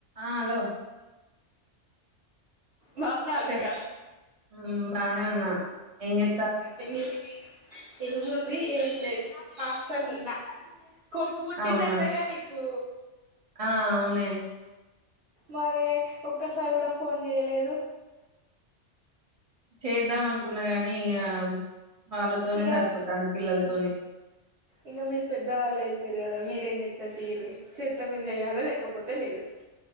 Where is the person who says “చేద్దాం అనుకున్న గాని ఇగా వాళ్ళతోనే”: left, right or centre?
Right